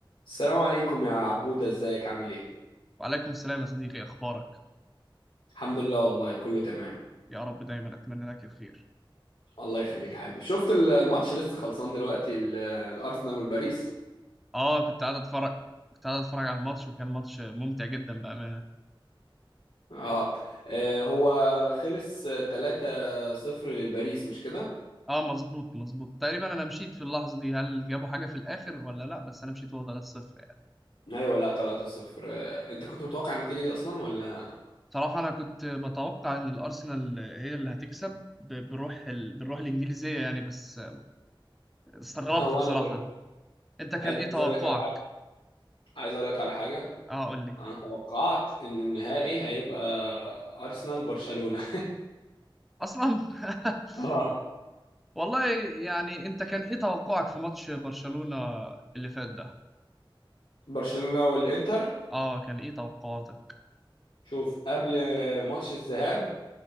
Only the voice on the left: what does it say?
السلام عليكم يا عبودة ازيك عامل ايه؟
الحمد لله والله كله تمام
الله يخليك يا حبيبي شفت ال- الماتش لسه خلصان دلوقتي ال- الأرسنال والباريس
اه آه، هو خلص 3-0 للباريس مش كده؟
ايوه لا 3-0 آه، انت كنت متوقع النتيجة دي اصلا ولا
<laughs> وانا
برضه
عايز
اقول لك على حاجة عايز اقول لك على حاجة
انا توقعت ان النهائي هيبقى أرسنال برشلونة
<laughs> اه
برشلونة والإنتر
شوف قبل ماتش الذهاب